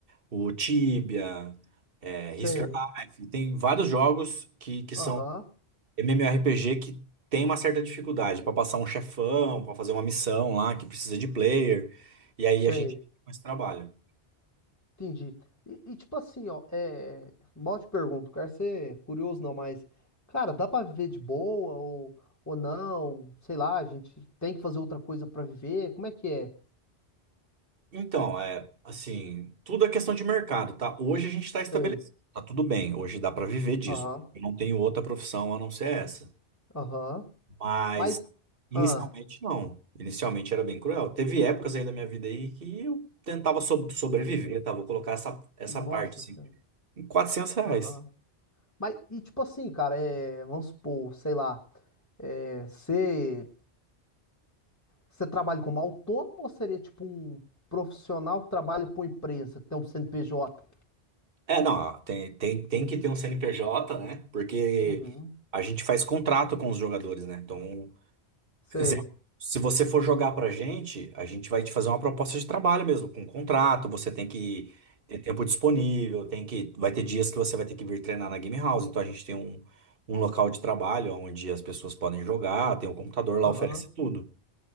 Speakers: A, on the right; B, on the left.
A: o Tibia, é,
B: Sei.
A: Risk of Life, tem vários jogos que, que são
B: Aham.
A: MMORPG que tem uma certa dificuldade pra passar um chefão, pra fazer uma missão lá que precisa de player, e aí
B: Sei.
A: a gente fica com esse trabalho.
B: Entendi. E, e, tipo assim, ó, é. Mal te pergunto, quero ser curioso não, mas, cara, dá pra viver de boa ou, ou não? Sei lá, a gente tem que fazer outra coisa pra viver? Como é que é?
A: Então, é assim, tudo é questão de mercado, tá? Hoje a gente está estabelecido,
B: Sei.
A: tá tudo bem, hoje dá pra viver disso.
B: Aham,
A: Eu não tenho outra profissão a não ser essa.
B: aham.
A: Mas
B: Mas,
A: inicialmente
B: ah,
A: não. Inicialmente era bem cruel. Teve épocas aí da minha vida aí que eu tentava so- sobreviver, tá? Vou colocar essa, essa
B: nossa
A: parte assim,
B: senhora.
A: em 400 reais.
B: Aham. Mas, e tipo assim, cara, é. Vamos supor, sei lá, é. Você você trabalha como autônomo ou seria tipo um profissional que trabalha pra uma empresa, que tem um CNPJ?
A: É, não, ah, tem, tem, tem que ter um CNPJ, né? Porque
B: Uhum.
A: a gente faz contrato com os jogadores, né? Então,
B: Sei.
A: exemplo, se você for jogar pra gente, a gente vai te fazer uma proposta de trabalho mesmo, com contrato, você tem que ter tempo disponível, tem que, vai ter dias que você vai ter que vir treinar na Game House, então a gente tem um, um local de trabalho onde as pessoas podem jogar, tem um computador
B: Aham,
A: lá, oferece tudo.